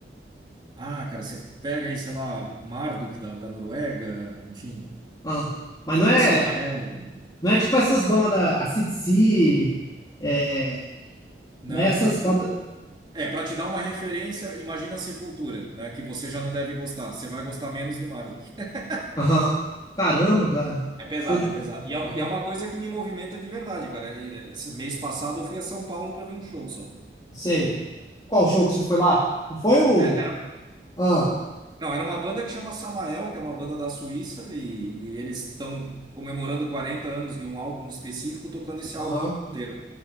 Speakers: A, on the right (about 25°); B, on the left (about 20°).
A: Ah, cara, você pega aí, sei lá, Marduk da, da Noruega, enfim,
B: Aham. Mas
A: ah,
B: não é,
A: Samael.
B: não é tipo essas bandas, a AC/DC, é, é,
A: Não,
B: né, essas
A: tá,
B: bandas,
A: tá. É, para te dar uma referência, imagina a Sepultura, né? Que você já não deve gostar. Você vai gostar menos de Marduk. <laughs>
B: aham. Caramba, cara,
A: É pesado,
B: show de,
A: é pesado. E é,
B: aham,
A: um- e é uma coisa que me movimenta de verdade, cara. eh, Esse mês passado eu fui a São Paulo para ver um show só,
B: sei. Qual show
A: né?
B: que você foi lá? Não foi
A: Fui-
B: o,
A: é- Era,
B: ah,
A: não, era uma banda que chama Samael, que é uma banda da Suíça, e, e eles estão comemorando 40 anos de um álbum específico, tocando esse
B: aham,
A: álbum inteiro.